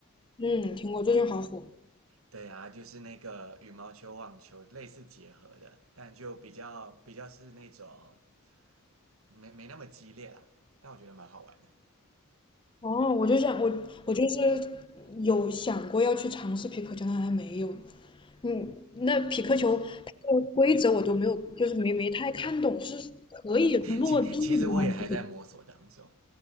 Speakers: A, on the left; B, on the right.
A: 嗯，听过，最近好火。
B: 对啊，就是那个羽毛球、网球类似结合的，但就比较比较是那种没没那么激烈啦，但我觉得蛮好玩的。
A: 哦，我就想我我就是有想过要去尝试皮克球，但还没有。嗯，那匹克球它的规则我都没有，
B: 那 <laughs>
A: 就是没没太看懂，是可以落地吗？
B: 其其实我也还在摸索当中，
A: 还是怎么